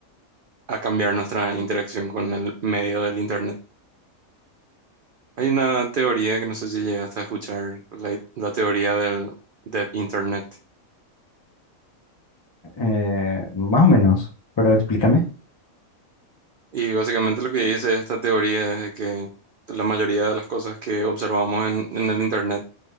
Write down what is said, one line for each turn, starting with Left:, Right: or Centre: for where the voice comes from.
Right: a cambiar nuestra interacción con el medio del Internet. Hay una teoría que no sé si llegaste a escuchar, la, la teoría del Dead Internet.
Left: Eh, más o menos, pero explícame.
Right: Y básicamente lo que dice esta teoría es que la mayoría de las cosas que observamos en, en el Internet